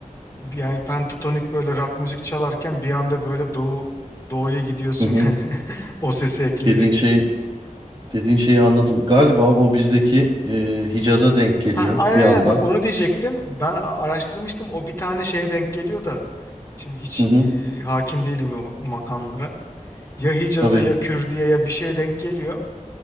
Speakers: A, on the left (about 25°); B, on the right (about 35°).
A: yani pentatonik böyle rock müzik çalarken bir anda böyle doğu doğuya gidiyorsun
B: Hı hı.
A: yani <laughs> o sesi ekleyerek.
B: Dediğin şey Dediğin şeyi anladım. Galiba o bizdeki e, Hicaz'a denk geliyor
A: Ha aynen
B: bir
A: aynen
B: anda.
A: bak onu diyecektim. Ben a- araştırmıştım o bir tane şeye denk geliyor da şimdi hiç
B: Hı hı.
A: e, hakim değilim o makamlara. Ya Hicaz'a
B: Tabii.
A: ya Kürdiye ya bir şeye denk geliyor.